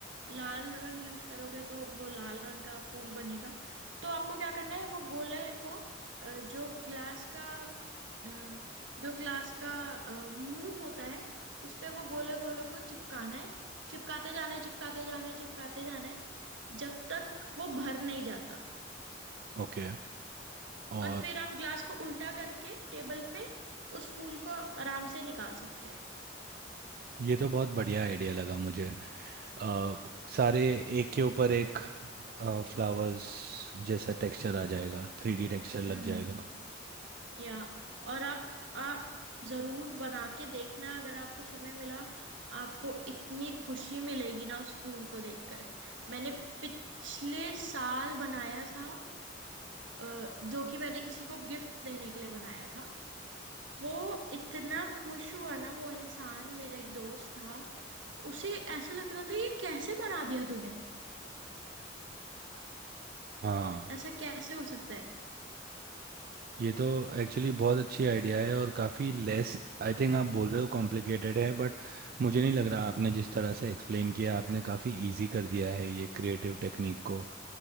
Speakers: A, on the right; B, on the right.
A: लाल रंग यूज करोगे तो वो लाल रंग का फूल बनेगा तो आपको क्या करना है वो गोले को अ, जो ग्लास का अ, जो ग्लास का अ, मुंह होता है उस पे वो गोले गोले को चिपकाना है चिपकाते जाना है चिपकाते जाना है चिपकाते जाना है जब तक वो भर नहीं जाता
B: ओके और
A: और फिर आप ग्लास को उल्टा करके टेबल पे उस फूल को आराम से निकाल सकते हैं
B: ये तो बहुत बढ़िया आइडिया लगा मुझे अ, सारे एक के ऊपर एक फ्लावर्स जैसा टेक्सचर आ जाएगा थ्री डी टेक्सचर लग
A: हम्म
B: जाएगा
A: या और आप आप जरूर बना के देखना अगर आपको समय मिला आपको इतनी खुशी मिलेगी ना उस फूल को देखकर मैंने पिछले साल बनाया था अ, जो कि मैंने किसी को गिफ्ट देने के लिए बनाया था वो इतना खुश हुआ ना वो इंसान मेरा एक दोस्त था उसे ऐसा लग रहा था ये कैसे बना दिया तूने
B: हाँ
A: ऐसा कैसे हो सकता है
B: ये तो एक्चुअली बहुत अच्छी आइडिया है और काफ़ी लेस आई थिंक आप बोल रहे हो कॉम्प्लिकेटेड है बट मुझे नहीं लग रहा आपने जिस तरह से एक्सप्लेन किया आपने काफ़ी इजी कर दिया है ये क्रिएटिव टेक्निक को